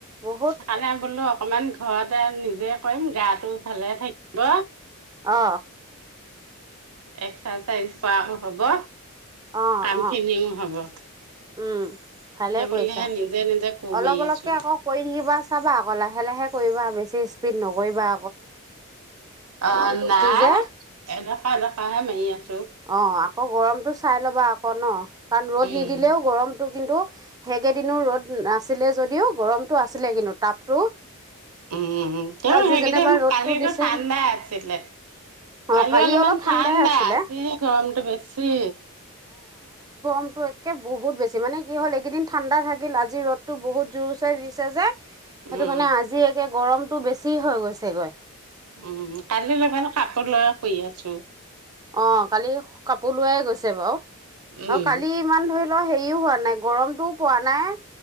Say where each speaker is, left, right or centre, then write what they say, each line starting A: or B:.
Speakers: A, on the right; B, on the right.
A: বহুত
B: খালে বোলো। অকমান ঘৰতে নিজে কৰিম গাটো ভালে থাকিব
A: অ
B: এক্সাৰচাইজ কৰাওঁ হ'ব,
A: অ
B: কাম
A: অ
B: খিনিও হ'ব।
A: উম। ভালে
B: সেইবুলিহে
A: কৰিছা,
B: নিজে নিজে কোৰ
A: অলপ
B: মাৰি
A: অলপকে
B: আছো
A: আকৌ কৰি থাকিবা, চাবা আকৌ লাহে লাহে কৰিবা। বেছি স্পীড নগৈ বা
B: অ, ' নাই
A: যে
B: এডোখৰ এডোখৰহে মাৰি আছো।
A: অ, ' আকৌ গৰমতটো চাই ল'বা ক ন', কাৰণ ৰ'দ
B: উম
A: নিদিলেও গৰম কিন্তু সেইকেইদিনো ৰ'দ নাছিলে যদিও গৰমতটো আছিলে কিন্তু তাপটো
B: উম, তেওঁ
A: আজি
B: সেইকেইদিন,
A: যেনিবা ৰ'দটো
B: কালিতো
A: দিছে
B: ঠাণ্ডা আছিলে
A: অঁ
B: কালি অলপমান
A: অলপ
B: ঠাণ্ডা
A: ঠাণ্ডাই আছিলে
B: গৰমটো বেছি
A: মতো একে বহুত বেছি, মানে কি হ'ল এইকেইদিন ঠাণ্ডা থাকিল আজি ৰ'দটো বহুত জোৰছে দিছে যে সেইটো
B: উম
A: কাৰনে আজি একে গৰম টো বেছি হৈ গৈছেগৈ।
B: উম, কালি লগালে কাপোৰ লৈ শুই আছো।
A: অ কালি কাপোৰ লোৱাই গৈছে বাৰু, আৰু
B: উম
A: কালি ইমান ধৰি অলপ হেৰিও হোৱা নাই, গৰমটোও পোৱা নাই